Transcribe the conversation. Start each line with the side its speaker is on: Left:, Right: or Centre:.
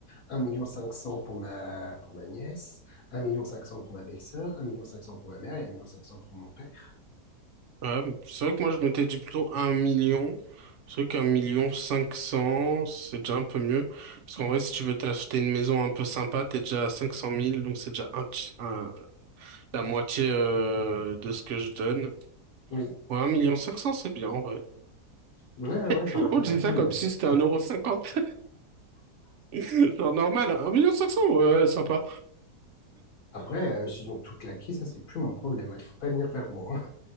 Left: un million cinq cent mille pour ma, pour ma nièce, un million cinq cent mille pour ma belle-sœur, un million cinq cent mille pour ma mère et un million cinq cent mille pour mon père.
Right: Ouais, c'est vrai que moi je m'étais dit plutôt un million. C'est vrai qu'un million cinq cents, c'est déjà un peu mieux. Parce qu'en vrai, si tu veux t'acheter une maison un peu sympa, t'es déjà à cinq cent mille donc c'est déjà un, ti- un- la moitié euh, de ce que je donne.
Left: Oui.
Right: Ouais, un million cinq cents, c'est bien en vrai.
Left: Ouais, ouais, ouais.
Right: Et
Left: par
Right: on
Left: contre,
Right: dit
Left: après,
Right: ça
Left: j'ai-
Right: comme si c'était un euro cinquante, <laughs> genre normal. Un million cinq cents, ouais, sympa.
Left: après euh, s'ils ont tout claqué, ça, c'est plus mon problème. hein. Il faut pas venir vers moi. hein.